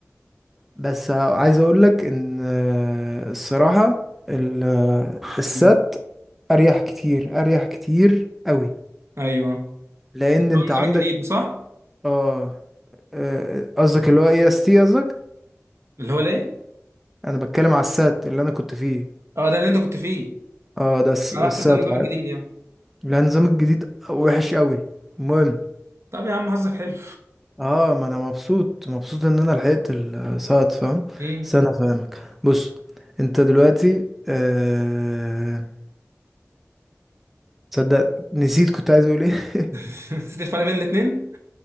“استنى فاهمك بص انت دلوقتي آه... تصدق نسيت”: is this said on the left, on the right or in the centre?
Centre